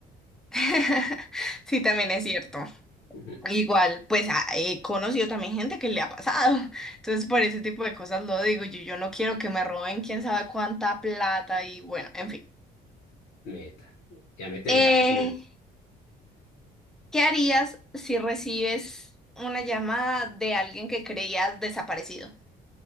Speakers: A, in the centre; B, on the left.
A: <laughs> Sí, también es cierto.
B: Ujú.
A: Igual, pues a- he conocido también gente que le ha pasado. <laughs> Entonces, por ese tipo de cosas lo digo. Yo, yo no quiero que me roben quién sabe cuánta plata y bueno, en fin.
B: Meta. Ya métele,
A: Eh,
B: la siguiente.
A: ¿qué harías si recibes una llamada de alguien que creías desaparecido?